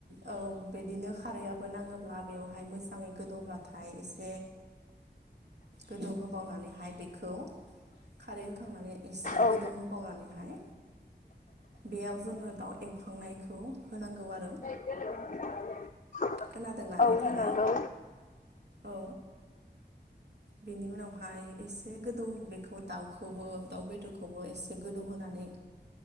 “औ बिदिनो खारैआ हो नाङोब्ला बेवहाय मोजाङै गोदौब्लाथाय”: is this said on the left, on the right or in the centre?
Right